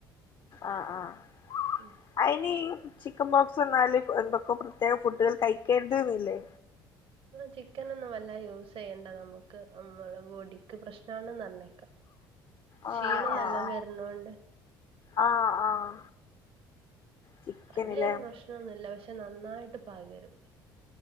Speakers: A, on the left; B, on the right.
A: ആ ആഅയിനി
B: ഉം
A: ചിക്കൻ ബോക്സ് എന്നാല് എന്തൊക്കെ പ്രത്യേക ഫുഡുകൾ കഴിക്കരുതുന്നില്ലേ
B: ചിക്കൻന്നും വല്ല യൂസ് ചെയ്യണ്ട നമുക്ക് നമ്മള ബോഡിക്ക് പ്രശ്ന ആണന്ന് പറഞ്ഞെ
A: ആഹ്
B: ക്ഷീണം
A: ആഹ്
B: നല്ലാം വരണോണ്ട്
A: ആഹ് ആഹ് ആഹ് ചിക്കനില്ലേ
B: നലയൊരു പ്രശ്നൊന്നുമല്ല പക്ഷ പക്ഷെ നന്നായിട്ട് പകരും